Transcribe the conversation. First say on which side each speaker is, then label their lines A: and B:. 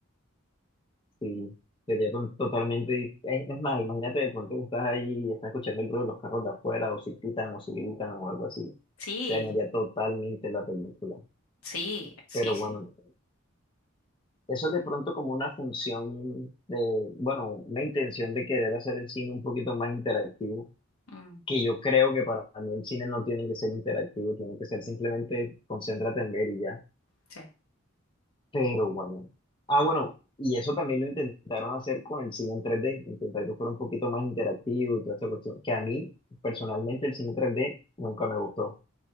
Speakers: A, on the left; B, on the left.
A: Sí, sería to- totalmente. dif- Es, es más, imagínate de pronto que estás ahí y estás escuchando el ruido de los carros de afuera, o si pitan, o si gritan, o algo así.
B: Sí,
A: Te dañaría totalmente la película.
B: sí, sí,
A: Pero bueno,
B: sí.
A: eso es de pronto como una función de, bueno, una intención de querer hacer el cine un poquito más interactivo,
B: Mm,
A: que yo creo que para mí el cine no tiene que ser interactivo, tiene que ser simplemente concéntrate en ver y ya.
B: sí.
A: Pero bueno. Ah, bueno, y eso también lo intentaron hacer con el cine en tres d intentar que fuera un poquito más interactivo y toda esa cuestión, que a mí personalmente el cine tres d nunca me gustó.